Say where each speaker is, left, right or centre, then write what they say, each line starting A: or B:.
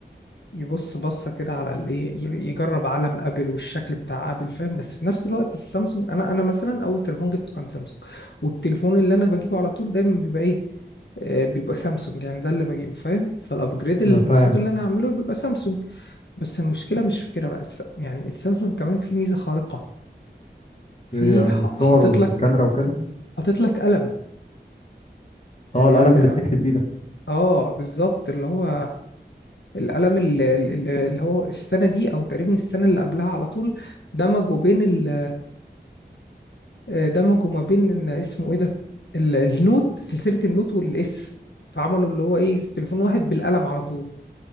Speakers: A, on the left (about 75°); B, on the left (about 40°).
A: يبص بصه كده على الايه ي- يجرب علم ابل والشكل بتاع ابل فاهم بس في نفس الوقت السامسونج انا انا مثلا اول تليفون جبته كان سامسونج والتليفون اللي انا بجيبه على طول دايما بيبقى ايه آه، بيبقى سامسونج يعني ده اللي بجيبه فاهم فالابجريد اللي
B: اه
A: المفروض
B: فاهم
A: اللي انا اعمله بيبقى سامسونج بس المشكله مش في كده بقى الس- يعني السامسونج كمان في ميزه خارقه في
B: ايه عن
A: ح-
B: الصور
A: حاطط
B: والكاميرا
A: لك
B: وكده
A: حاطط لك قلم يعني
B: اه القلم
A: عم-
B: اللي بتكتب بيه ده
A: اه بالظبط اللي هو القلم ال- ال- ال- اللي هو السنة دي أو تقريبا السنة اللي قبلها على طول دمجوا بين ال- آه، دمجوا ما بين إن اسمه إيه ده ال- النوت سلسلة النوت والإس فعملوا اللي هو إيه تليفون واحد بالقلم على طول